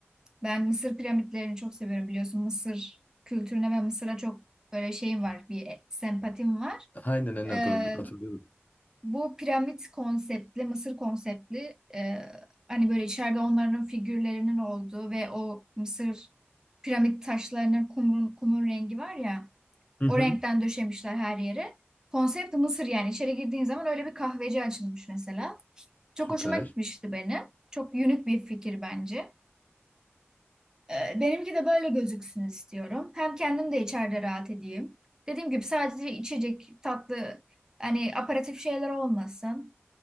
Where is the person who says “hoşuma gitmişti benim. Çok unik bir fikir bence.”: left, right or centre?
Right